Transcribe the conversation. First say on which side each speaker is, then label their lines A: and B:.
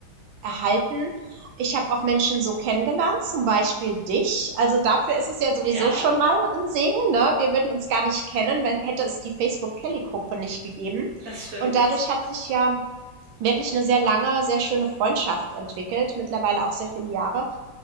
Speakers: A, on the right (about 75°); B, on the right (about 50°).
A: erhalten. Ich habe auch Menschen so kennengelernt, zum Beispiel dich. Also dafür ist es ja sowieso
B: Ja.
A: schon mal ein Segen. Ne? Wir würden uns gar nicht kennen, wenn hätte es die Facebook-Kelly-Gruppe nicht gegeben.
B: Das stimmt.
A: Und dadurch hat sich ja wirklich eine sehr lange, sehr schöne Freundschaft entwickelt, mittlerweile auch sehr viele Jahre.